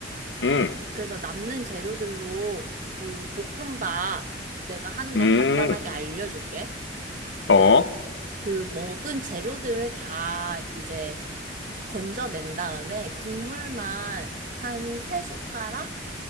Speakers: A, on the left; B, on the right.
A: 음,
B: 그래서 남는 재료들로 그 볶음밥 내가 하는
A: 음,
B: 거 간단하게 알려줄게.
A: 어,
B: 그 먹은 재료들 다 이제 건져낸 다음에 국물만 한 세 숟가락?